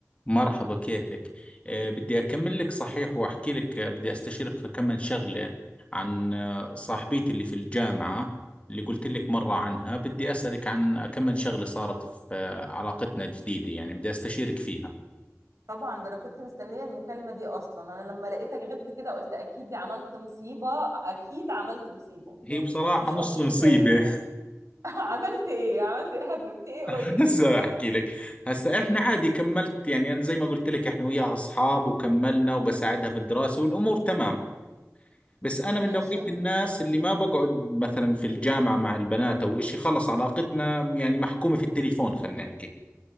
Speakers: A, on the left; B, on the right.
A: مرحبا كيفك آه، بدي أكمل لك صحيح وأحكي لك آه، بدي أستشيرك في كم من شغلة عن آه، صاحبيتي اللي في الجامعة اللي قلت لك مرة عنها بدي أسألك عن كم من شغلة صارت في آه، علاقتنا الجديدة يعني بدي أستشيرك فيها
B: طبعا ده انا كنت مستنيه المكالمه دي اصلا انا لما لقيتك غبت كده قلت اكيد دي عملت مصيبه اكيد عملت مصيبه
A: هي
B: يعني
A: بصراحة
B: ما فيش
A: نص
B: اوبشن
A: مصيبة
B: تاني يعني <laughs> عملت ايه عملت ايه هببت ايه قول
A: <laughs>
B: لي
A: هسه أحكي لك هسه إحنا عادي كملت يعني أنا زي ما قلت لك إحنا وياها أصحاب وكملنا وبساعدها في الدراسة والأمور تمام بس انا من
B: ماشي
A: نوعية الناس اللي ما بقعد مثلا في الجامعة مع البنات او اشي خلص علاقتنا يعني محكومة في التليفون خلينا نحكي